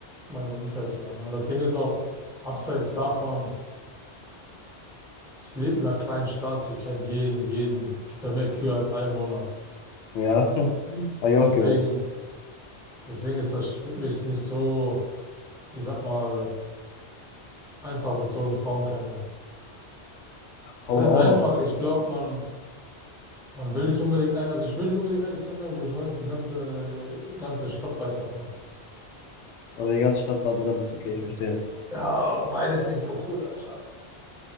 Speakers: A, in the centre; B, on the left.
A: meinem Umfeld zu an. ne? Und das Ding ist auch, abseits davon, ich lebe in einer kleinen Stadt, hier kennt jeden, jeden. Es gibt da mehr Kühe als Einwohner.
B: Ja, <laughs> habe ich auch
A: Deswegen,
B: gehört.
A: deswegen ist das wirklich nicht so, ich sag mal, einfach bezogen Frauen kennenlernen.
B: Frauen
A: Das heißt
B: auch
A: einfach,
B: noch.
A: ich glaube, man, man will nicht unbedingt, ein- also ich will nicht unbedingt eine kennenlernen, wo ich weiß, die ganze, ganze Stadt weiß davon.
B: Oder die ganze Stadt war drin. Okay, ich verstehe.
A: Ja, beides nicht so cool, Alter.